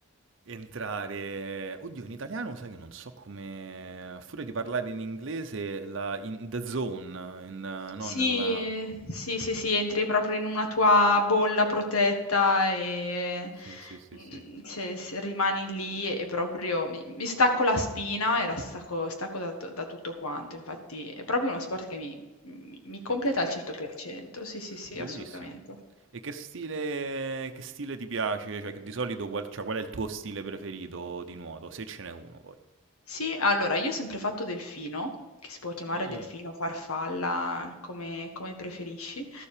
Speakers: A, on the right (about 60°); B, on the left (about 85°).
A: entrare oddio in italiano sai che non so come a furia di parlare in inglese la in the zone, in eh, no,
B: Sì,
A: nella
B: sì, sì, sì, entri proprio in una tua bolla protetta e
A: Sì, sì, sì,
B: mm,
A: sì,
B: se, se rimani lì e proprio mi, mi stacco la spina e la stacco, stacco da, da tutto quanto. Infatti è proprio uno sport che mi, mi mi
A: che
B: completa
A: ti pia
B: al 100%. Sì, sì, sì,
A: Bellissimo.
B: assolutamente.
A: E che stile, che stile ti piace? Cioè, che di solito qual, cioè, qual è il tuo stile preferito di nuoto? Se ce n'è uno poi.
B: Sì, allora io ho sempre fatto delfino, che si può chiamare
A: Mm,
B: delfino, farfalla, come, come preferisci.